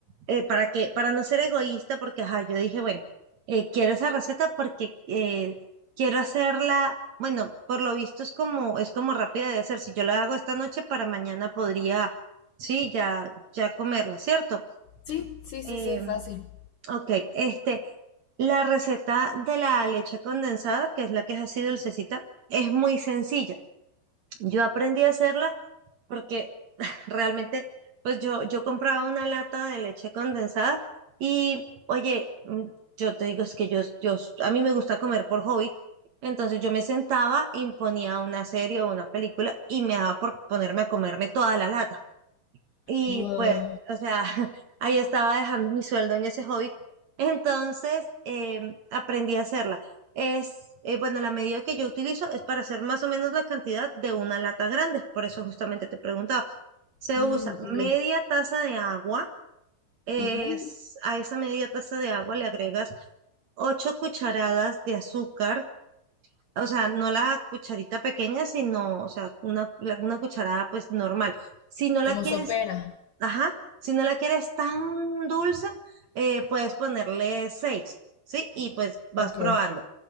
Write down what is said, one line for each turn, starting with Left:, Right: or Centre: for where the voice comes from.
Right: eh, para que, para no ser egoísta, porque ajá, yo dije, bueno, eh, quiero esa receta porque eh, quiero hacerla, bueno, por lo visto es como, es como rápida de hacer. Si yo la hago esta noche, para mañana podría, sí, ya, ya comerla, ¿cierto?
Left: Sí, sí,
Right: Em,
Left: sí, sí, fácil.
Right: Ok, este, la receta de la leche condensada, que es la que es así dulcecita, es muy sencilla. Yo aprendí a hacerla porque realmente, pues yo, yo compraba una lata de leche condensada y, oye, mm, yo te digo, es que yo, yo, s- a mí me gusta comer por hobby, entonces yo me sentaba, imponía una serie o una película y me daba por ponerme a comerme toda la lata. Y
Left: Wow.
Right: pues, o sea, <laughs> ahí estaba dejando mi sueldo en ese hobby. Entonces, eh, aprendí a hacerla. Es, eh, bueno, la medida que yo utilizo es para hacer más o menos la cantidad de una lata grande. Por eso justamente te preguntaba. Se
Left: Mm,
Right: usa
Left: ok.
Right: media taza de agua. Es,
Left: Ujú.
Right: a esa media taza de agua le agregas ocho cucharadas de azúcar. O sea, no la cucharita pequeña, sino, o sea, una, la- una cucharada pues normal. Si no la
Left: Como
Right: quieres
Left: sopera.
Right: Ajá, si no la quieres tan dulce, eh, puedes ponerle seis, ¿sí? Y pues vas
Left: Ok.
Right: probando.